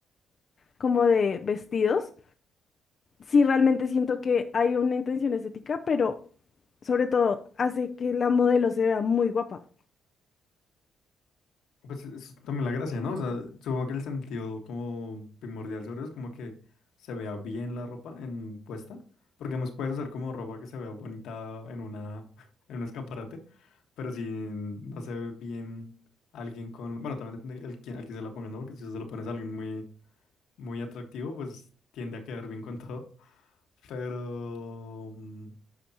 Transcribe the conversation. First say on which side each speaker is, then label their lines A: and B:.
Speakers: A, on the left (about 45°); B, on the left (about 80°).
A: como de vestidos. sí realmente siento que hay una intención estética, pero sobre todo hace que la modelo se vea muy guapa.
B: Pues eso es también la gracia, ¿no? O sea, supongo que el sentido como primordial sobre eso es como que se vea bien la ropa en puesta, porque hemos puedes hacer como ropa que se vea bonita en una <laughs> en un escaparate, pero si no se ve bien alguien con, bueno, también depende el quién- al quién se la ponga, ¿no? Porque si se lo pones a alguien muy muy atractivo, pues tiende a quedar bien con <laughs> todo. Pero mm,